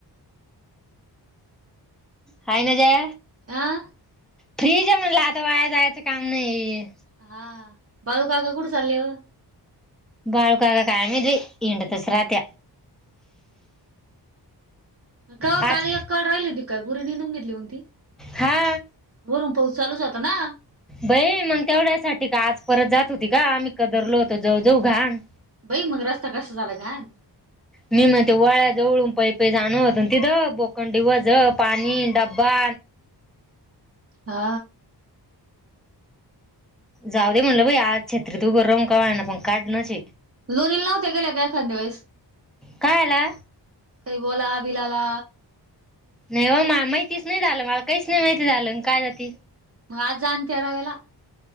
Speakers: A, in the centre; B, on the right.
A: <inaudible> हयना ज
B: <inaudible> आह.
A: फ्रीज आहे म्हणलाता वाया जायचं काम नाही.
B: <inaudible> हा बाळू काका कुट चालेल ओ.
A: बाळू काका काय <inaudible> हिंडतच राहत्या
B: का
A: आज
B: काली अक्काळ राहिली होती काय पुरी नेदून घेतली मग ती
A: हा
B: वरुण पाऊस चालुच होता ना
A: बई मग तेवढ्यासाठी का आज परत जात होती का आम्ही कदरलो होतो जाऊ जाऊ घाण
B: बाई मग रस्ता कस झाला घाल
A: मी म ते वाळा्या जवळून पै पै जाण होत तिथं बोकंडी वझ पाणी डब्बा
B: हा
A: जाऊ दे म्हटलं बई आज छत्री तू बरं रमकावा ना पण काढणच
B: लोनीला नव्हत्या गेल्या काय एखाद वळेस
A: काय आला
B: काही बोला बिलाला
A: नाही हो म माहितीच नाही झालं मला काहीच नाही माहिती झालं काय जाती
B: मग आत जा आणि त्या रव्याला